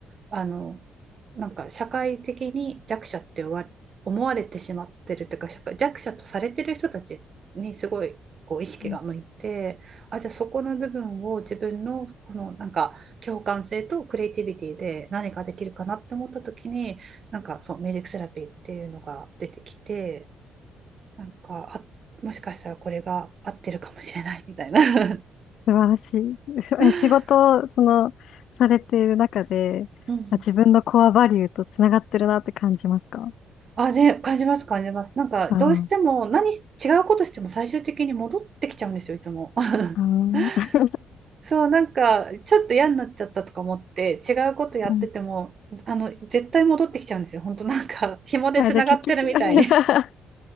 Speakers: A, on the right (about 45°); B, on the left (about 75°).
A: あの、なんか社会的に弱者って思わ思われてしまってるというか、社会弱者とされてる人たちにすごいこう意識が向いて、
B: うん
A: あ、じゃあそこの部分を自分のこのなんか、共感性とクリエイティビティで何かできるかなって思った時になんかそうミュージックセラピーっていうのが出てきてなんかあもしかしたらこれが合ってるかもしれない <laughs> みたいな。
B: 素晴らしい。そえ、
A: <laughs>
B: 仕事を、その、されている中で、
A: うん
B: あ自分のコアバリューとつながってるなって感じますか
A: あ、で感じます、感じます。なんか、
B: ああ。
A: どうしても、何違うことしても最終的に戻ってきちゃうんですよ、いつも <laughs>。
B: あー <laughs>
A: そう、なんか、ちょっと嫌になっちゃったとか思って、違うことやってても、
B: うん。<laughs>
A: あの、絶対戻ってきちゃうんですよ。本当なんか、紐でつながってるみたいに
B: あ、じゃあ結局 <laughs>